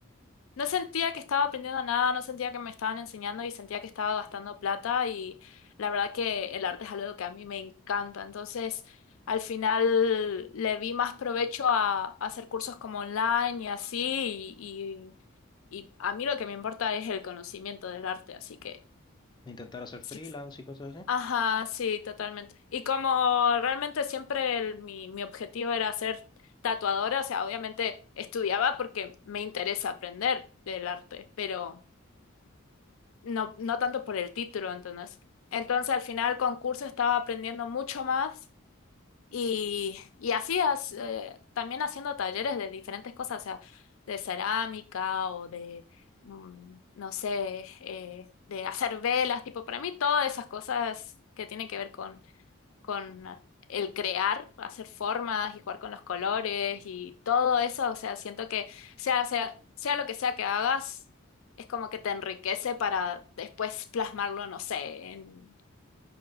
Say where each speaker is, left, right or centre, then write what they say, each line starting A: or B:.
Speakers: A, on the left; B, on the left.
A: no sentía que estaba aprendiendo nada, no sentía que me estaban enseñando y sentía que estaba gastando plata y la verdad que el arte es algo que a mí me encanta. Entonces, al final le vi más provecho a, a hacer cursos como online y así y, y, y a mí lo que me importa es el conocimiento del arte, así que...
B: intentar hacer freelance
A: si,
B: y cosas así.
A: Ajá, sí, totalmente. Y como realmente siempre el- mi, mi objetivo era ser tatuadora, o sea, obviamente estudiaba porque me interesa aprender del arte, pero no, no tanto por el título, entonces. Entonces, al final, con curso estaba aprendiendo mucho más y, y así as- eh, también haciendo talleres de diferentes cosas, o sea, de cerámica o de, mm, no sé, eh, de hacer velas, tipo, para mí todas esas cosas que tienen que ver con con el crear, hacer formas y jugar con los colores y todo eso, o sea, siento que sea, sea, sea lo que sea que hagas, es como que te enriquece para después plasmarlo, no sé, en,